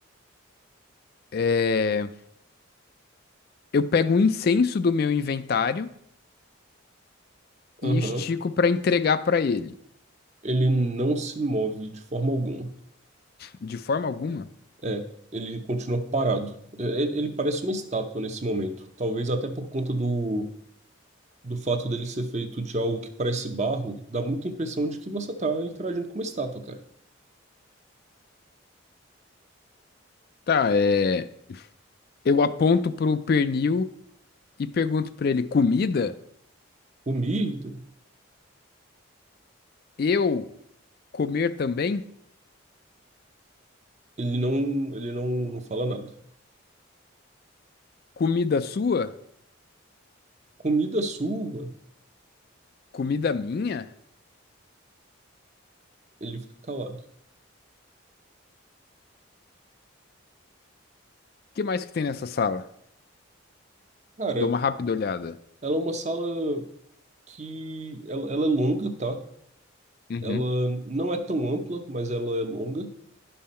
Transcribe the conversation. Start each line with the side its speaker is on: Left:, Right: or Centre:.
Left: É, eu pego um incenso do meu inventário
Right: Aham.
Left: e estico pra entregar pra ele.
Right: Ele não se move de forma alguma.
Left: De forma alguma?
Right: É, ele continua parado. É, Ele, ele parece uma estátua nesse momento. Talvez até por conta do, do fato dele ser feito de algo que parece barro, dá muita impressão de que você tá interagindo com uma estátua, cara.
Left: Tá, é. Eu aponto pro pernil e pergunto pra ele: comida?
Right: Comida,
Left: Eu comer também?
Right: ele não, ele não, não fala nada.
Left: Comida sua?
Right: Comida sua,
Left: Comida minha?
Right: ele fica calado.
Left: O que mais que tem nessa sala?
Right: Cara,
Left: Eu dou uma rápida olhada.
Right: ela é uma sala que ela, ela é longa, tá?
Left: Uhum.
Right: Ela não é tão ampla, mas ela é longa,